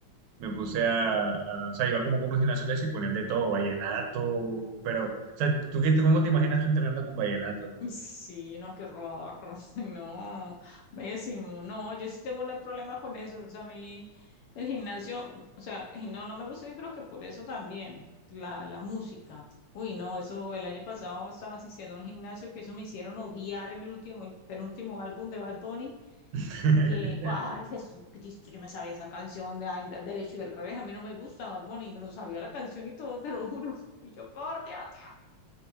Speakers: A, on the right; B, on the left.
A: me puse a, a- o sea, iba como con unos gimnasios de eso y ponían de todo, vallenato, pero, o sea, ¿tú qué, cómo te imaginas tú entrenando con vallenato?
B: Sí, no, qué horror. <laughs> No, pésimo. No, yo sí tengo un problema con eso. O sea, a mí el gimnasio, o sea, y no, no me gusta y creo que por eso también, la, la música. Uy, no, eso el año pasado estaba asistiendo a un gimnasio que eso me hicieron odiar el último, el penúltimo álbum de Bad Bunny,
A: <laughs>
B: que, ay, Jesucristo, yo me sabía esa canción de Al al derecho y del revés. A mí no me gusta Bad Bunny, me lo sabía la canción y todo, <laughs> te lo juro. Y yo, por Dios, ya,